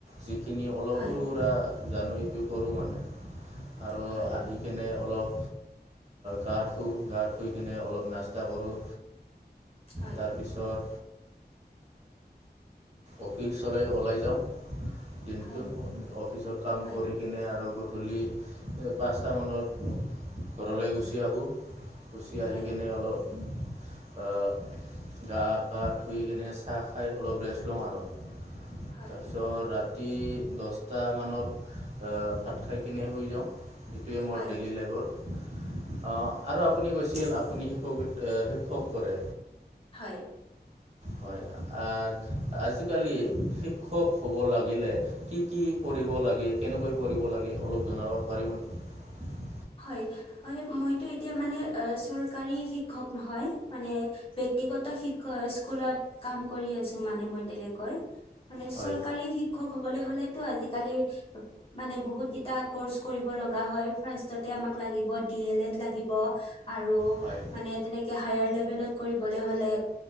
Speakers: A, on the right; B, on the left.
A: যিখিনি অলপ
B: হয়
A: সুৰা জানো ইটো কৰোঁ মানে আৰু
B: হয়
A: আহি কেনে অলপ। গা ধুওঁ, গা ধুই কিনে অলপ নাস্তা কৰোঁ।
B: হয়
A: তাৰ পিছত অফিচলৈ ওলাই যাওঁ। দিনটো
B: হয়
A: অফিচৰ কাম
B: হয়
A: কৰি কিনে আৰু ধূলি পাঁচট মানত ঘৰলৈ গুচি আহোঁ। গুচি আহি
B: হয়
A: কেনে অলপ উ আহ গা, পা, ধুই কেনে চাহ খাই অলপ ৰেষ্ট লওঁ আৰু।
B: হয়
A: তাৰছৌ ৰা ৰাতি দহটামানত ভাত খাইকনে শুই যাওঁ। এইটোৱে মোৰ
B: হয়
A: ডেইলী লাইফত অ, আৰু আপুনি কৈছিল আপুনি শিক্ষক, শিক্ষক কৰে।
B: হয়।
A: হয়, আ, আজি আজিকালি শিক্ষক হ'ব লাগিলে কি, কি, কৰিব লাগে, কেনেকৈ কৰিব লাগে অলপ জনাব পাৰিব নেকি।
B: হয়, হয় মইতো এতিয়া মানে চৰকাৰী শিক্ষক নহয় মানে। বক্তিগত শ্ষ স্কুলত কাম কৰি আছো মানে মই তেনেকৈ। মানে
A: হয়
B: চৰকাৰী শিক্ষক ব, হলেতটো আজিকালি মানে বহুত কটা কৰ্চ কৰিব লগা হয়। ল, ল, আৰু
A: হয়
B: মান তেনে হলে, হলে।